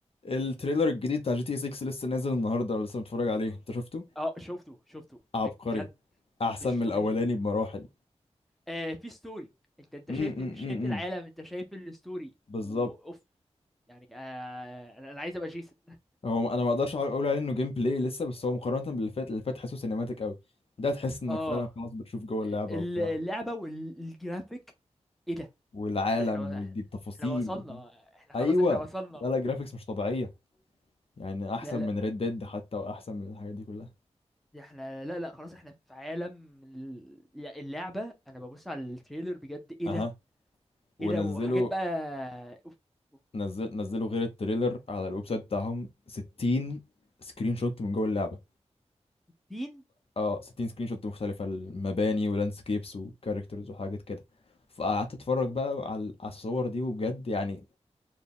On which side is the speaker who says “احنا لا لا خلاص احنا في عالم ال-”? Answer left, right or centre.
Centre